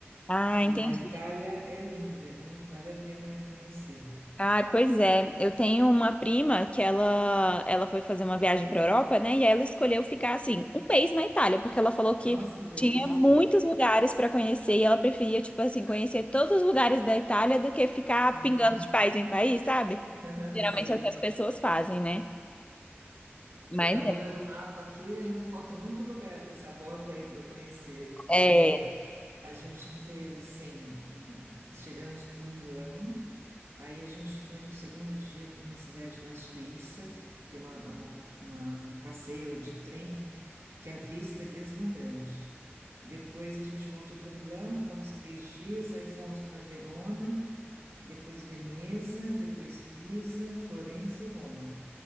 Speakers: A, on the left (about 25°); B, on the right (about 85°).
A: Ah,
B: E
A: entendi.
B: a Itália é linda, viu? Vale a pena conhecer.
A: Ah, pois é. Eu tenho uma prima que ela, ela foi fazer uma viagem para Europa, né? E ela escolheu ficar assim um mês na Itália, porque ela falou que
B: Nossa, que delícia!
A: tinha muitos lugares para conhecer e ela preferia tipo assim conhecer todos os lugares da Itália do que ficar
B: Uhum.
A: pingando de país em país, sabe?
B: <laughs>
A: Geralmente
B: Sei.
A: é o que as pessoas fazem, né? Mas
B: Eu estava olhando o mapa aqui, ainda falta muito lugar dessa bota aí para eu conhecer, viu? Porque
A: é. é.
B: A gente fez assim, chegamos por Milão, aí a gente foi no segundo dia para uma cidade na Suíça, que tem uma, uma- uma- um passeio de trem que a vista é deslumbrante. Depois a gente voltou para Milão, ficamos três dias, aí fomos para Verona, depois Veneza, depois Pisa, Florença e Roma.